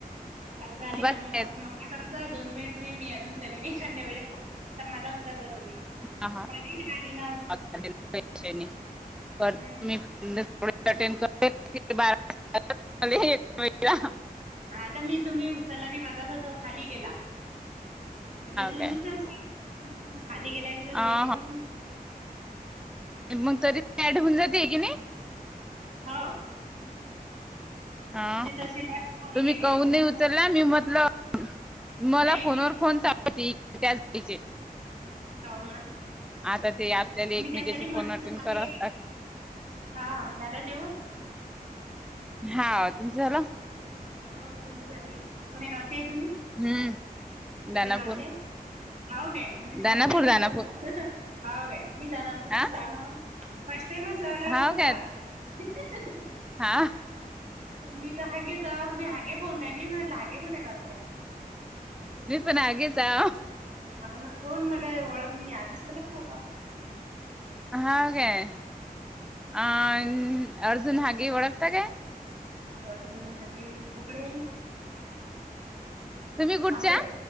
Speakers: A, on the right; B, in the centre.
A: वाचरा आली
B: बाकी
A: का मग
B: आहेत
A: मला कत दोन मिनिट म मी अजून कधी नाही खांद्या वेळेस. आता माझा उचलता तुम्ही.
B: <unintelligible>
A: माझी राहिली ना अजून हम्म
B: <unintelligible>
A: हा तर मी तुम्ही उचला आणि माझा तर तो खाली गेला म्हटलं तुम्ही
B: काय अं,
A: उचल सा. खाली गेला की तर हे
B: हा.
A: नाही होत न.
B: मंग तरी ॲड होऊन जाते की आहे नाही?
A: हाव.
B: हा
A: तसे लाईट खाली
B: तुम्ही
A: गेले
B: कहून
A: म्हणून
B: नाही उचलला मी म्हटलं मला
A: नाही
B: फोनवर
A: मी
B: फोन <unintelligible> चे.
A: हाव ना.
B: आता ते आपल्याला
A: मी
B: एकमेकांचे
A: त्यासाठी म्हटलं
B: फोन अटेंड
A: तुम्हाला
B: करावे
A: एक
B: लागतात.
A: हा झालं जेवण?
B: हा तुमचं झाला?
A: कोण्या गावचे आहे तुम्ही
B: हम्म
A: कोण्या
B: दानापूर
A: गावचे आहे. हांव काय, म्हणजे फर्स्ट
B: दानापूर
A: टाइमच
B: दानापूर
A: बोलला. हाव काय मी दानापूरची
B: हा
A: दानव मग फर्स्ट टाइमच लावला आपण
B: हा
A: कॉल.
B: काय
A: <unintelligible>
B: हा.
A: मी तर हागेचा मी हागे बोलून राहिली मी म्हटलं हागे कोण्या गावच्या.
B: मी पण हागेच हांव.
A: हाव ना कोण मले ओळख मी आजच <unintelligible> होता.
B: हाव काय? अं अर्जुन हागे ओळखता काय?
A: अर्जून हगे कुकडे
B: तुम्ही कुठच्या
A: आमच्या